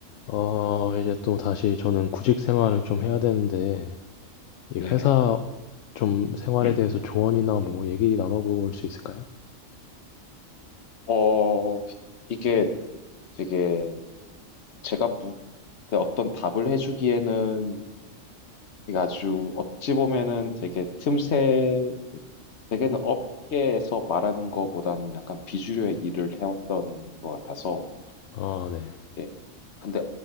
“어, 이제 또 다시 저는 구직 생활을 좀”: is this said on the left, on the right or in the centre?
Left